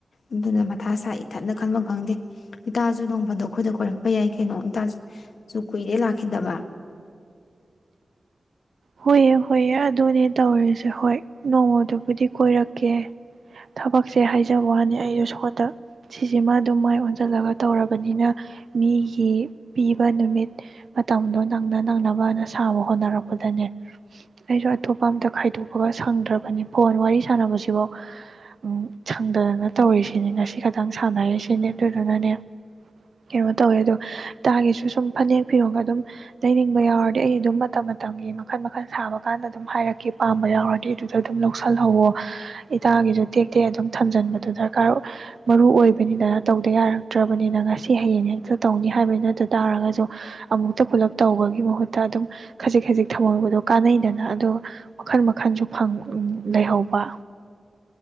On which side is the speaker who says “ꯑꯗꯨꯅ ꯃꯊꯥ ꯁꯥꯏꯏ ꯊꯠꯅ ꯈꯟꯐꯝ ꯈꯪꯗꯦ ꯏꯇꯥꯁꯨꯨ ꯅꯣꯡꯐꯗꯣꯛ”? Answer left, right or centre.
Left